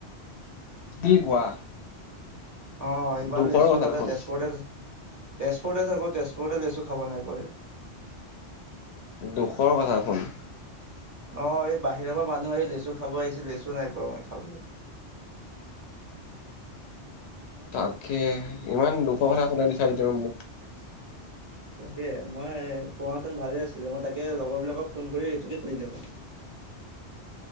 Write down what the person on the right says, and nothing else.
অ ইমান
লেচুৰ
তাতে
তেজপুৰতে তেজপুৰতে থাকো তেজ বহুতে লেচু খাব নাই পোৱা ৰে
অ এই বাহিৰৰ পৰা মানুহ আহি লেচু খাব আহিছিল লেচ টো নাই পোৱা মই। খাবলৈ
তাকে মই পঢ়া হেতেন ভালে আছিলে মই তাকে লগৰবিলাকক ফোন কৰি এইটোকে সুধি থাকো।